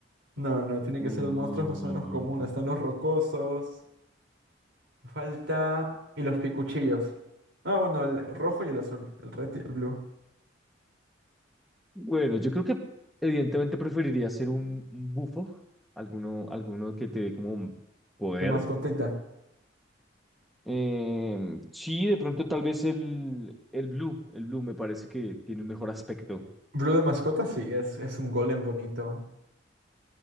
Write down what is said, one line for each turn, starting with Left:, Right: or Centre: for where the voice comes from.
Right: No, no, tiene
Centre: Mm,
Right: que ser los monstruos más o menos comunes. Están los rocosos, falta... y los picuchillos. Ah, bueno, el rojo y el azul, el red y el blue.
Centre: bueno, yo creo que evidentemente preferiría ser un, un bufo, alguno, alguno que te dé como poder.
Right: De Ya. mascotita.
Centre: Em, sí, de pronto tal vez el, el blue, el blue me parece que tiene un mejor aspecto.
Right: Blue de mascota, sí, es, es un golem bonito.